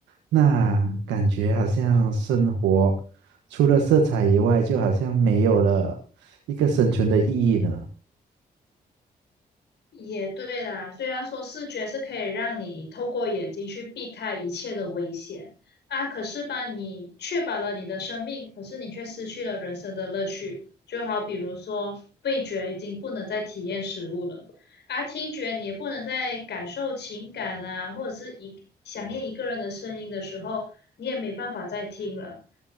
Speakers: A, on the right (about 90°); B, on the left (about 75°).
A: 那感觉好像生活除了色彩以外，就好像没有了。一个生存的意义呢？
B: 也对啦，虽然说视觉是可以让你透过眼睛去避开一切的危险啊，可是吧，你确保了你的生命，可是你却失去了人生的乐趣。就好比如说，味觉已经不能再体验食物了，啊，听觉你也不能再感受情感啊，或者是一想念一个人的声音的时候，你也没办法再听了。